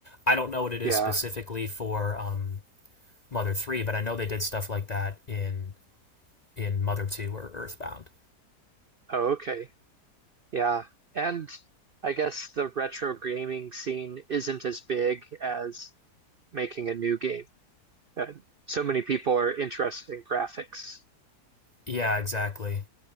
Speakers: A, on the left (about 40°); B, on the right (about 60°).
A: I don't know what it is
B: yeah.
A: specifically for um, Mother Three, but I know they did stuff like that in in Mother Two or Earthbound.
B: Oh, okay. Yeah. And I guess the retro gaming scene isn't as big as making a new game. Uh, so many people are interested in graphics.
A: Yeah, exactly.